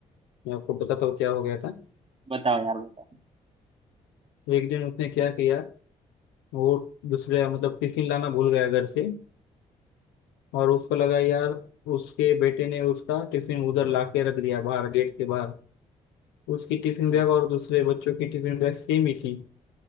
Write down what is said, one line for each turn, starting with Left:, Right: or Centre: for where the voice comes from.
Left: मैं आपको बताता हूँ क्या हो गया था
Right: बताओ यार बताओ
Left: एक दिन उसने क्या किया वो दूसरे मतलब टिफिन लाना भूल गया घर से और उसको लगा यार उसके बेटे ने उसका टिफिन उधर ला के रख दिया बाहर गेट के बाहर उसकी टिफिन
Right: अच्छा
Left: बैग और दूसरे बच्चों की टिफिन बैग सेम ही थी